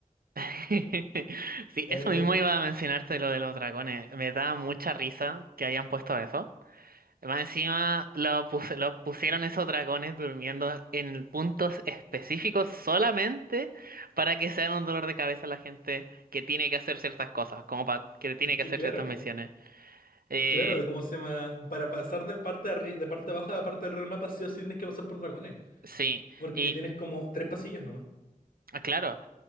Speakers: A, on the right; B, on the left.
A: <laughs> Sí,
B: Eh,
A: eso mismo
B: eh,
A: iba a mencionarte lo de los dragones. Me da mucha risa que hayan puesto eso. Más encima lo, pus- lo pusieron esos dragones durmiendo en puntos específicos solamente para que sean un dolor de cabeza a la gente que tiene que hacer ciertas cosas, como para que tiene
B: es que
A: que hacer
B: claro,
A: ciertas misiones. Eh,
B: claro, de cómo se llama... Para pasar del parte de, arri- de parte de abajo a la parte del real mapa, sí o sí tienes que pasar por dragones.
A: sí,
B: Porque
A: y
B: tienes como tres pasillos nomás.
A: ah, claro,